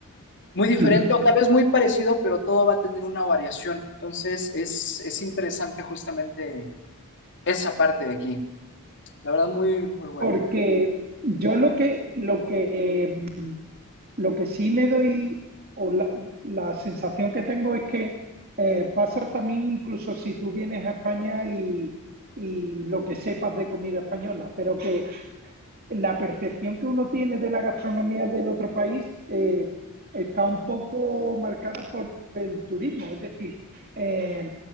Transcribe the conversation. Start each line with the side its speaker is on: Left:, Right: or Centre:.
Left: muy diferente
Right: Ujú.
Left: o tal vez muy parecido, pero todo va a tener una variación. Entonces es, es interesante justamente esa parte de aquí. La verdad, muy, muy bueno.
Right: Porque yo lo que, lo que, lo que sí me doy, o la, la sensación que tengo es que eh, pasa también incluso si tú vienes a España y, y lo que sepas de comida española, pero que la percepción que uno tiene de la gastronomía del otro país eh, está un poco marcada por el turismo. Es decir, eh,